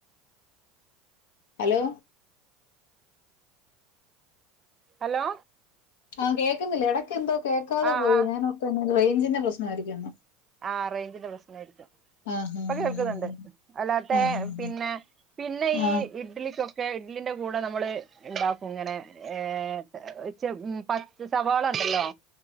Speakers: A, on the left (about 70°); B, on the right (about 30°).
A: ഹലോ
B: ഹലോ
A: ആ കേക്ക്ന്നില്ലേ എടക്കെന്തോ കേൾക്കാതെ
B: ആ
A: പോയോ
B: ആ
A: ഞാനോർത്തു പിന്നെ റെയ്ഞ്ചിന്റെ പ്രശ്നായിരിക്കുംന്ന്
B: ആ റെയ്ഞ്ചിന്റെ പ്രശ്നായിരിക്കും
A: ആഹ്
B: ഇപ്പൊ
A: ആഹ്
B: കേൾക്ക്ന്ന്ണ്ട്
A: ആഹ്
B: അല്ലാ തേ
A: ആഹ് ആഹ്
B: പിന്നെ പിന്നെ
A: ആഹ്
B: ഈ ഇഡ്ലിക്കൊ ക്കെ ഇഡ്ലിന്റെ കൂടെ നമ്മള് ണ്ടാക്കും ങ്ങനെ ഏ ചെ പ സവാളണ്ടല്ലോ